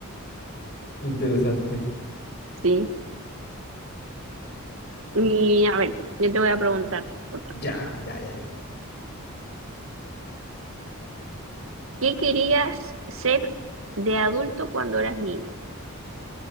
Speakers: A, on the left; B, on the right.
A: Interesante.
B: sí. Y a ver, yo te voy a preguntar otra.
A: Ya, ya, ya, ya.
B: ¿Qué querías ser de adulto cuando eras niño?